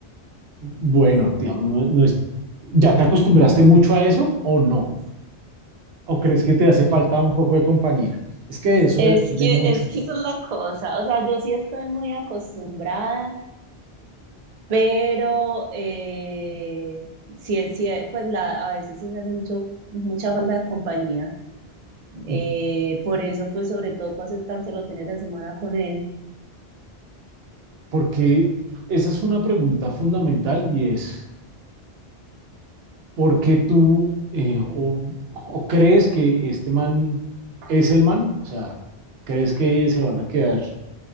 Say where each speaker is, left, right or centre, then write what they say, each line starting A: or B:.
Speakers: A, on the right; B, on the right.
A: Bueno, digamos, no, no es, ¿ya te acostumbraste mucho a eso o no? ¿O crees que te hace falta un poco de compañía? Es que de eso
B: Es
A: depende
B: que,
A: mucho,
B: es que esa es la cosa, o sea, yo sí estoy muy acostumbrada, pero eh, sí es cier- pues la, a veces sí me hace mucho, mucha falta de compañía.
A: ¿no?
B: Eh, por eso, pues sobre todo pasé tanto los fines de semana con él.
A: porque esa es una pregunta fundamental y es... ¿por qué tú eh, o, o crees que este man es el man? O sea, ¿crees que se van a quedar